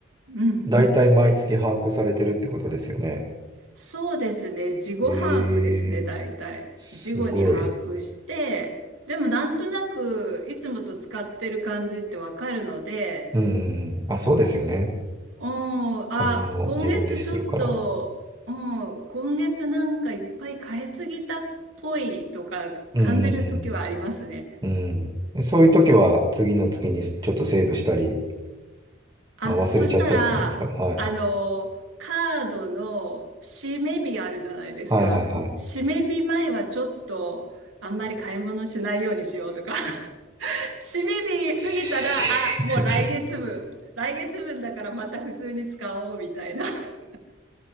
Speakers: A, on the right (about 80°); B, on the right (about 20°).
A: うん、
B: 大体毎月把握されてるってことですよね。
A: うんそうですね。事後把握ですね、
B: ええ、
A: 大体。
B: すごい。
A: 事後に把握して、でもなんとなくいつもと使ってる感じってわかるので、
B: うんうんうん。あ、そうですよね。
A: うん、
B: 買い物を自分でするから。
A: あ、今月ちょっと、うん、今月なんかいっぱい買いすぎたっぽいとか感じる時はありますね。
B: うんうんうん。うん。そういう時は次の月にちょっとセーブしたり、
A: ええあ、
B: まあ、忘れちゃったりするんですか。
A: そしたら、
B: はい。
A: あの、カードの締め日あるじゃないですか。
B: はいはいはい。
A: 締め日前はちょっと、あんまり買い物しないようにしようとか。<laughs> 締め日過ぎたら、
B: し
A: あ、もう来月分。来月分だからまた普通に使おうみたいな。<laughs>